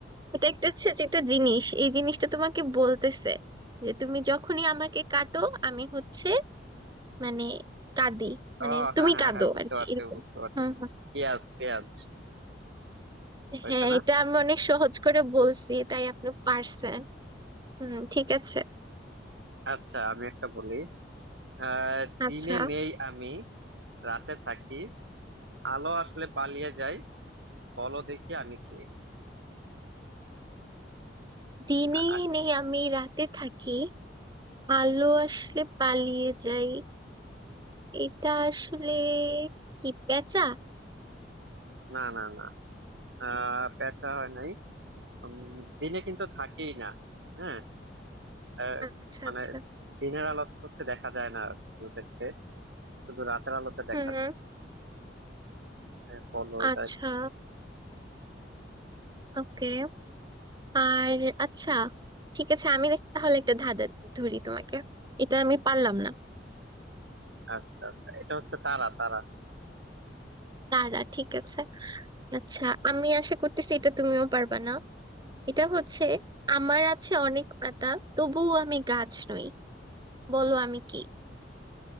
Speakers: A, on the right; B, on the right.
A: এটা একটা হচ্ছে যে একটা জিনিস এই জিনিসটা তোমাকে বলতেছে যে তুমি যখনই আমাকে কাটো আমি হচ্ছে মানে কাঁদি মানে
B: ও
A: তুমি
B: হ্যাঁ হ্যাঁ
A: কাঁদো
B: হ্যাঁ বুঝতে
A: আর কি
B: পারছি
A: এরকম
B: বুঝতে পারছি
A: হুম হুম
B: পেঁয়াজ পেঁয়াজ হয়েছে
A: হ্যাঁ
B: না
A: এটা আমি অনেক সহজ করে বলছি তাই আপনি পারছেন হুম ঠিক আছে
B: আচ্ছা আমি একটা বলি আহ দিনে
A: আচ্ছা
B: নেই আমি রাতে থাকি আলো আসলে পালিয়ে যাই বলো দেখি আমি কে
A: দিনে
B: আ-
A: নেই আমি রাতে থাকি আলো আসলে পালিয়ে যাই এটা আসলে কি পেঁচা
B: না না না আহ পেঁচা হয় নাই উম, দিনে কিন্তু থাকেই না হ্যাঁ আহ,
A: আচ্ছা
B: মানে
A: আচ্ছা
B: দিনের আলো হচ্ছে দেখা যায় না ওদেরকে শুধু রাতের আলোতে দেখা
A: হুম হুম,
B: যায় হ্যাঁ, বলো এটা
A: আচ্ছা ওকে আর আচ্ছা ঠিক আছে আমি দেখ- তাহলে একটা ধাঁধা ধরি তোমাকে এটা আমি পারলাম না
B: আচ্ছা আচ্ছা এটা হচ্ছে তারা তারা
A: তারা ঠিক আছে আচ্ছা আমি আশা করতেছি এটা তুমিও পারবা না এটা হচ্ছে আমার আছে অনেক পাতা তবুও আমি গাছ নই বলো আমি কি